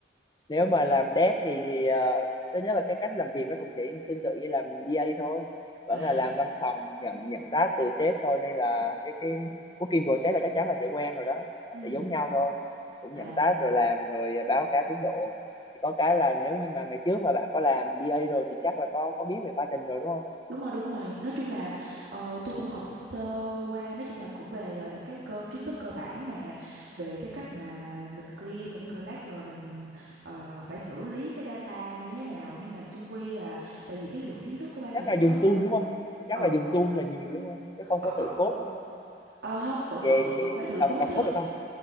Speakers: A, on the left (about 25°); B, on the right (about 85°).
A: nếu mà làm dev thì ờ, thứ nhất là cái cách làm việc nó cũng sẽ tương tự như làm DA thôi, vẫn
B: À,
A: là làm văn phòng nhận nhận task từ sếp thôi nên là cái cái working process là chắc chắn là sẽ quen rồi đó, nó
B: ừ
A: sẽ giống nhau thôi, cũng
B: À.
A: nhận task rồi làm rồi báo cáo tiến độ. Chỉ có cái là nếu như mà ngày trước mà bạn có làm DA rồi thì chắc là có có biết về pattern rồi đúng không?
B: Đúng rồi, đúng rồi. Nói chung là ờ, tôi cũng học sơ qua, nói chung là cũng về ờ, những cái cơ kiến thức cơ bản nè, về cái cách mà mình clean, mình collect rồi mình ờ, phải xử lý cái data như thế nào. Nhưng mà chung quy là tại vì cái lượng kiến thức của Python
A: Chắc là
B: nó
A: dùng tool đúng không? Chắc
B: ừ
A: là dùng tool là nhiều đúng không? Chứ không
B: ờ,
A: có tự code đúng không?
B: ờ, không vẫn
A: Về,
B: vẫn vẫn
A: về
B: vẫn phải thử
A: đọc
B: code
A: đọc
B: chứ.
A: code được không?